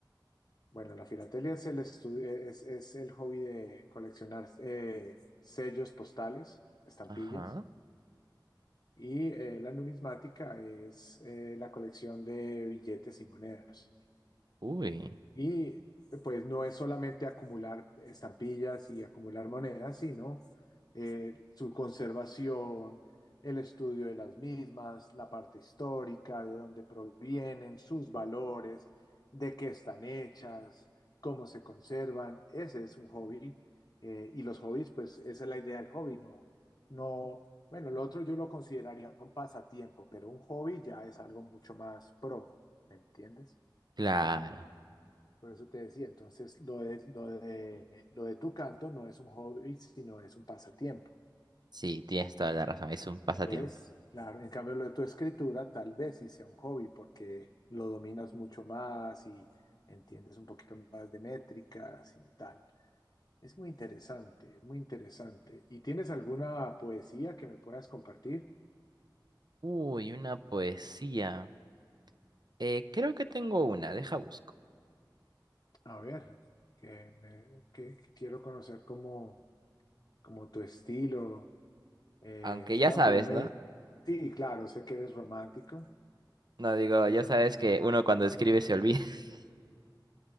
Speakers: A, on the left (about 50°); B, on the right (about 60°).
A: Bueno, la filatelia es el, estu- es, es el hobby de coleccionar eh, sellos postales, estampillas,
B: Ajá.
A: y eh, la numismática es eh, la colección de billetes y monedas.
B: Uy,
A: Y pues no es solamente acumular estampillas y acumular monedas, sino eh, su conservación, el estudio de las mismas, la parte histórica, de dónde provienen, sus valores, de qué están hechas, cómo se conservan. Ese es un hobby. eh, y los hobbies, pues esa es la idea del hobby, no, no, bueno, lo otro yo lo consideraría un pasatiempo, pero un hobby ya es algo mucho más pro, ¿me entiendes?
B: claro.
A: Por eso te decía, entonces lo de, lo de, lo de tu canto no es un hobby, sino es un pasatiempo.
B: Sí, tienes toda la razón, es un pasatiempo.
A: ¿Ves? Claro, en cambio lo de tu escritura tal vez sí sea un hobby porque lo dominas mucho más y entiendes un poquito más de métricas y tal. Es muy interesante, muy interesante. ¿Y tienes alguna poesía que me puedas compartir?
B: Uy, una poesía. Eh, creo que tengo una, deja busco.
A: A ver, que, me, que, que quiero conocer como, como tu estilo, Eh,
B: Aunque ya
A: claro
B: sabes,
A: que ya me...
B: ¿no?
A: Sí, claro, sé que eres romántico,
B: No digo,
A: pero
B: ya sabes que uno cuando escribe se olvida, <laughs>